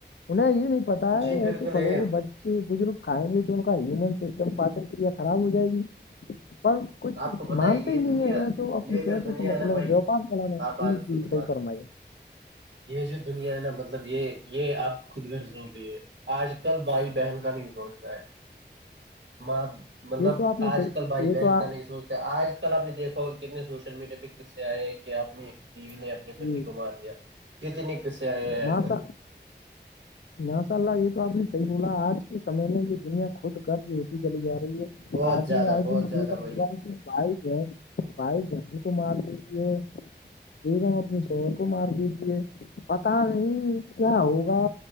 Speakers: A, on the left; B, on the right.
A: انہیں یہ نہیں پتا
B: جی
A: ہے
B: بالکل
A: ایسے پلوں
B: یہ
A: کو بچے بزرگ کھائیں گے تو ون سسٹم پاچن کریا خراب ہو جائے گی پر کچھ
B: آپ کو پتا
A: مانتے
B: ہے یہ
A: ہی نہیں
B: دنیا
A: ہے میں تو اپنے
B: یہ
A: پیسوں
B: جو دنیا
A: سے مطلب
B: ہے نا بھائی
A: ووپار کرانا
B: آپ بات
A: جی جی
B: سنو
A: صحیح
B: بات
A: فرم ہے
B: یہ جو دنیا ہے نہ بد مطلب یہ یہ آپ خود رض ہو گئی ہے آج کل بھائی بہن کا نہیں سوچ رہ ہے ماں مطلب
A: یہ تو آپ نے
B: آج
A: صحیح
B: کل بھائی
A: یہ
B: بہن
A: تو آپ
B: کا نہیں سوچ آج کل آپ نے دیکھا ہوگ کتنے سوشل میڈیا پہ کس سے آئے ہیں کہ آپ ٹی وی نے اپنے
A: جی
B: پتی کو مار دیا کتنی قصے آئےئے
A: ماشا
B: آج تک
A: ماشاء اللہ یہ تو آپ نے صحیح بولا آج کے سمے میں یہ دنیا خود گر جو ہوتی چلی جا رہی ہے
B: بہت
A: آپ
B: زیادہ
A: نے آئے
B: بہت
A: دن
B: زیادہ
A: یہ کا
B: بھائی
A: موبائ بائی بہن بائی بہن کو مارف دیجیے د ہم اپنے شہر کو مار دیجے پتا نہیں کیا ہوگا